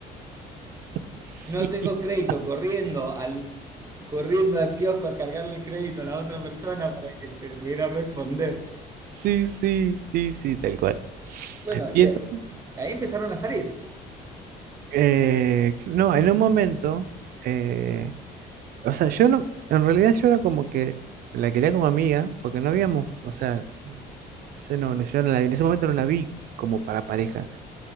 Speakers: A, on the right (about 60°); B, on the right (about 20°).
A: <laughs>
B: No tengo crédito corriendo al, corriendo al kiosco a cargarle crédito a la otra persona para que te pudiera responder.
A: Sí, sí, sí, sí, sí, tal cual.
B: Bueno,
A: Y
B: y
A: entonces,
B: a- ahí empezaron a salir.
A: eh, no, en un momento, eh, O sea, yo no, en realidad yo era como que la quería como amiga, porque no habíamos, o sea, se no, no, yo no la- en ese momento no la vi como para pareja.